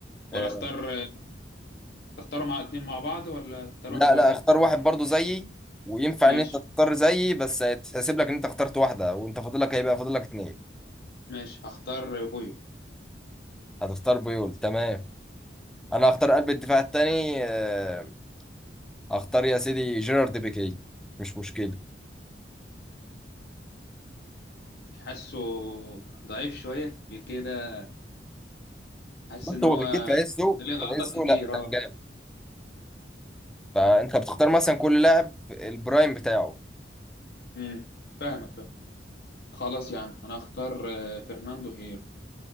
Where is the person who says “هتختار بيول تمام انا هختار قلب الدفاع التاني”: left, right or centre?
Centre